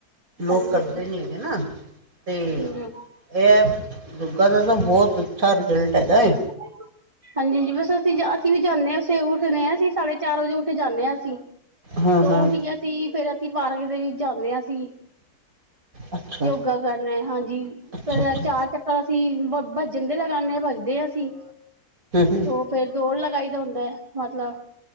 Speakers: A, on the right; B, on the right.
A: ਲੋਕ
B: ਹਾਂਜੀ
A: ਕਰਦੇ ਨੀ ਹੈਗੇ ਨਾ ਤੇ
B: ਹਾਂਜੀ
A: ਐ ਦੁਗਾ ਦਾ ਤਾ ਬੋਤ ਅੱਛਾ ਰਿਜਲਟ ਹੈਗਾ ਏ।
B: <inaudible> ਹਾਂਜੀ ਜੀ ਬਸ ਅਸੀ ਜਾ ਅਸੀ ਵੀ ਜਾਂਨੇ ਆਂ ਅਸੀ ਉੱਠਨੇ ਅਸੀ ਸਾਢੇ ਚਾਰ ਵਜੇ ਉੱਠ ਜਾਂਨੇ ਆਂ ਅਸੀ।
A: ਹਾਂ
B: ਤੇ
A: ਹਾਂ
B: ਉਠ ਕੇ ਅਸੀ ਫੇਰ ਅਸੀ ਪਾਰਕ ਦੇ ਵਿੱਚ ਜਾਂਨੇ ਆਂ ਅਸੀ।
A: ਅੱਛਾ
B: ਯੋਗਾ ਕਰਨੇ ਹਾਂਜੀ।
A: ਅੱਛਾ
B: ਪੈਲਾ
A: ਅੱਛਾ
B: ਚਾਰ ਚੱਕਰ ਅਸੀ ਭ ਭੱਜਣ ਦੇ ਲਗਾਨੇ ਆਂ ਭੱਜਦੇ ਆਂ ਅਸੀ।
A: ਹੂੰ
B: ਓਹ ਫੇਰ ਦੌੜ ਲਗਾਈ ਦਾ ਹੁੰਦਾ ਐ ਮਤਲਬ,